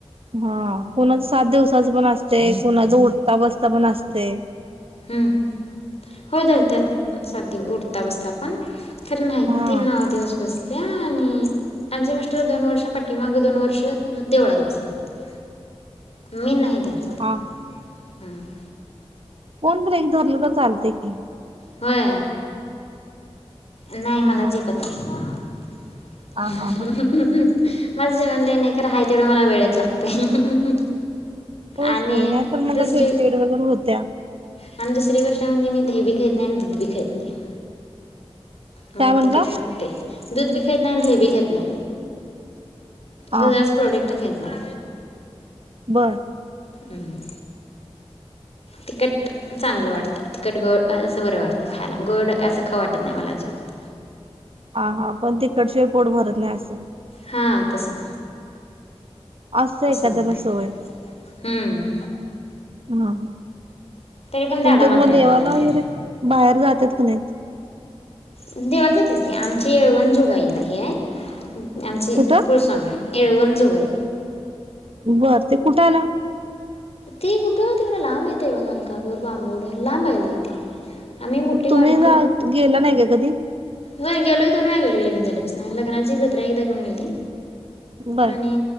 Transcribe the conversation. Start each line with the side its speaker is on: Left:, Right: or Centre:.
Right: हा कुणाचं सात दिवसाचं पण असतंय कुणाचं उठता बसता पण असतंय.
Left: हम्म, होय धरत्यात सात दि उठता बसता पण. खरं नाही,
Right: हा
Left: ती नऊ दिवस बसत्या आणि आमचे मिस्टर दोन वर्षा पाठीमाग दोन वर्ष देवळात बसले होते. मी नाही धरत
Right: हा
Left: हम्म
Right: कोणतर एक धरलं तर चालतंय की.
Left: होय नाही
Right: हा
Left: मला झेपत नाही. <unintelligible>
Right: हा
Left: माझं
Right: हा हा
Left: जेवण लई नाही खरं. आहे तेवढं मला वेळेत लागतंय.
Right: होच
Left: आणि
Right: की नाहीतर मग
Left: दुसरी.
Right: चिडचिड वगैरे होत्या.
Left: आणि दुसरी गोष्ट म्हणजे मी. दही बी खात नाही दूध बी खात नाही मला
Right: काय म्हटला
Left: तिखट लागतंय. दुध बी नाही दही बी खात नाही
Right: हा
Left: दुधाचे प्रोडक्ट खात नाही.
Right: बरं
Left: हम्म
Right: <inaudible>
Left: तिखट चांगलं वाटतंय तिखट गोड असं बरं वाटतं खायला गोड असं खाऊ वाटत नाही मला अजिबात.
Right: हा हा पण तिखटशिवाय पोट भरत नाही असं.
Left: हा तसं.
Right: असते
Left: असं
Right: एखाद्याला
Left: होतंय
Right: सवय.
Left: हम्म.
Right: हा हा.
Left: तरी पण
Right: तुमच्यात
Left: दाढा मात्र्या
Right: मग देवाला
Left: आल्यात.
Right: वगैरे बाहेर जातात की नाहीत.
Left: देवाला जातात की आमची येळवण जूगाईला ही आहे. आमची
Right: कुठं
Left: कुलस्वामिनी येळवणजुगाई.
Right: बर ते कुठे आलं?
Left: ती कुठे होती लांब येते बघा मलकापूर बांबूड लांब आहे लय ते. आम्ही मोठी गाडी
Right: तुम्ही जा गेला नाही का कधी?
Left: हो गेलोय दोन गेलोय लगीन झालेपासून लग्नाची जत्रा एकदा घेऊन गेलती.
Right: बर
Left: आणि